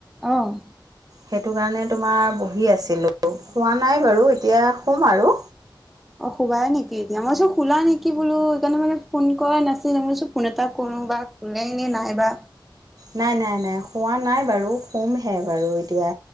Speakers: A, in the centre; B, on the right.
A: অ'।
B: সেইটো কাৰণে তোমাৰ বহি আছিলোঁ হোৱা নাই বাৰু এতিয়া শম আৰু।
A: অ', শুবাইে নেকি এতিয়া মই চ শুলা নেকি বোলো, সেইকাৰণে মানে ফোন কৰা নাছিলো মই ফোন এটা কৰো বা ওলেই নে নাইবা?
B: নাই, নাই, নাই, শুৱা নাই বাৰু। শুমহে বাৰু এতিয়া